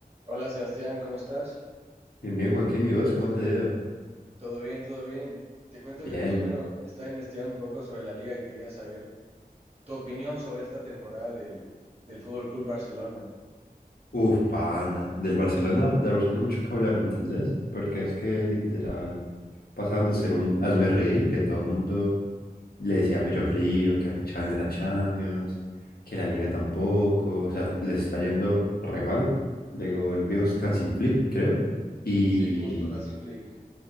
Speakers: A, on the right (about 40°); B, on the left (about 70°).
A: Hola Sebastián, ¿cómo estás?
B: Bien, bien, Joaquín, ¿y vos cómo te ha ido?
A: ¿Todo bien? ¿Todo bien? Te cuento
B: Bien.
A: que aquí, bueno, estaba investigando un poco sobre la liga y quería saber tu opinión sobre esta temporada del, del Fútbol Club Barcelona.
B: Uf, pana. Del Barcelona, del Barcelona hay mucho que hablar, ¿me entendés? Porque es que literal pasaron de ser un hazme reír, que todo el mundo le decía pecho frío, que apechaban en la Champions, que la Liga tampoco, o sea, les está yendo re mal. Llegó el viejo Hansi Flick, creo, y
A: Sí, justo, Hansi Flick.